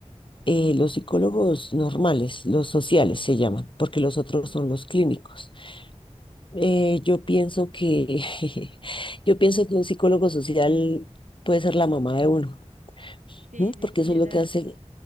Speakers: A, on the left; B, on the right.
A: eh, los psicólogos normales, los sociales se llaman, porque los otros
B: Sí,
A: son los clínicos. Eh, yo pienso que, <laughs> yo pienso que un psicólogo social puede ser la mamá de uno,
B: Sí,
A: ¿m?
B: literal,
A: Porque eso es lo que hace,